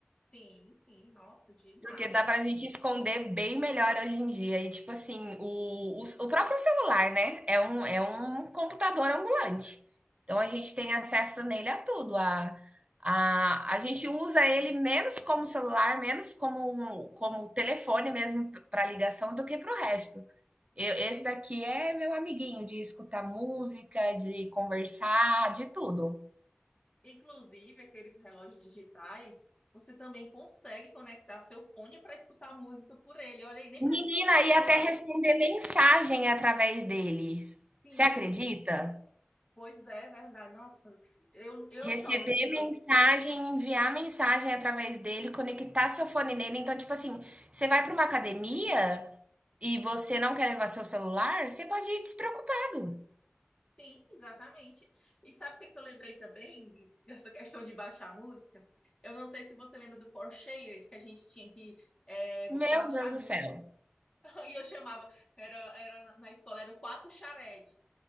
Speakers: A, on the left; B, on the right.
A: Sim, sim, nossa, demais.
B: Porque dá pra gente esconder bem melhor hoje em dia. E, tipo assim, o, o, o próprio celular, né? É um, é um computador ambulante. Então, a gente tem acesso nele a tudo. A, a, a gente usa ele menos como celular, menos como, como telefone mesmo para ligação do que para o resto. Eu, esse daqui é meu amiguinho de escutar música, de conversar, de tudo.
A: Inclusive, aqueles relógios digitais você também consegue conectar seu fone para escutar música por ele. Olha aí, nem
B: Menina,
A: precisou do celular.
B: e até responder mensagem através dele.
A: Sim,
B: Você acredita?
A: pois é, verdade. Nossa, eu, eu
B: Receber
A: só lembro.
B: mensagem, enviar mensagem através dele, conectar seu fone nele. Então, tipo assim, você vai para uma academia e você não quer levar seu celular, você pode ir despreocupado.
A: Sim, exatamente. E sabe o que que eu lembrei também dessa questão de baixar a música? Eu não sei se você lembra do Four Shaded, que a gente tinha que é,
B: Meu
A: baixar
B: Deus
A: a música.
B: do céu.
A: <laughs> E eu chamava, era, era na escola, era o Quatro Shared.